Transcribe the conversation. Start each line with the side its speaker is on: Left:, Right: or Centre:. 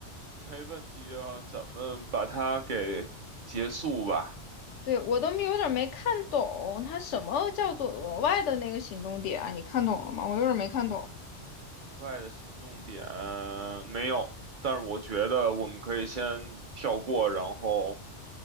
Right: 没问题啊，咱们把它给结束吧。
Left: <laughs> 对，我都没有点没看懂，它什么叫做额外的那个行动点啊？你看懂了吗？我有点没看懂。
Right: 国外的行动点没有，但是我觉得我们可以先跳过，然后